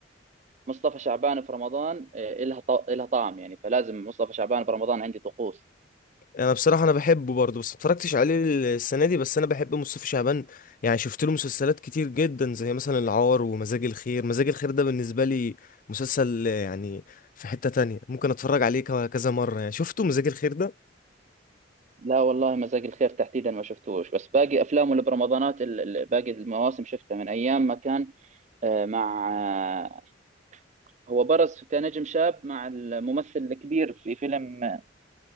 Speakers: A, on the right; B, on the left.
A: مصطفى شعبان في رمضان آه، إلها ط- إلها طعم يعني فلازم مصطفى شعبان في رمضان عندي طقوس
B: انا بصراحه انا بحبه برضه بس ما اتفرجتش عليه السنه دي بس انا بحب مصطفى شعبان يعني شفت له مسلسلات كتير جدا زي مثلا العار ومزاج الخير مزاج الخير ده بالنسبه لي مسلسل آه، يعني في حته تانية ممكن اتفرج عليه ك- كذا مره يعني شفته مزاج الخير ده
A: لا والله مزاج الخير تحديدا ما شفتوش بس باقي أفلامه اللي برمضانات ال- ال- باقي المواسم شفتها من أيام ما كان آه، مع آه، هو برز كنجم شاب مع الممثل الكبير في فيلم آه،